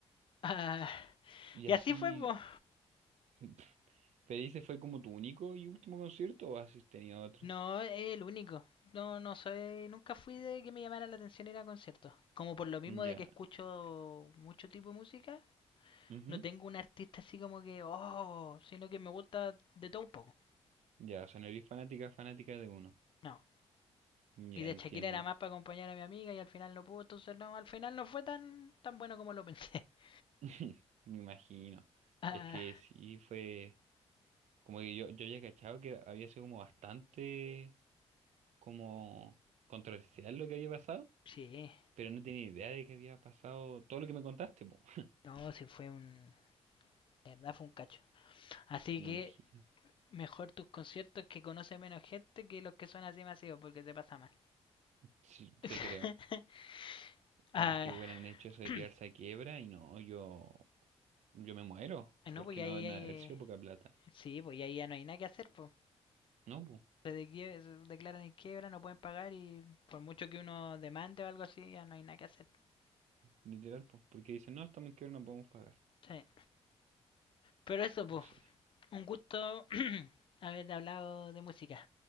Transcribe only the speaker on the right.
Y
así,
<laughs> ¿pero ese fue como tu único y último concierto o has tenido otros?
Ya.
ujú.
Ya, o sea, no eres fanática, fanática de uno.
Ya,
entiendo.
<laughs> Me imagino.
Es que sí fue como que yo, yo había cachado que había sido como bastante como controversial lo que había pasado,
pero no tenía idea de que había pasado todo lo que me contaste, po. <laughs>
Sí, me
imagino.
Sí,
te creo.
No, es que hubieran hecho
eso de
tirarse a quiebra y no, yo, yo me muero, porque
no,
no
ha de haber sido poca plata.
No, pues,
literal, pues, porque dicen, no, estamos en quiebra, no podemos pagar.
No sé.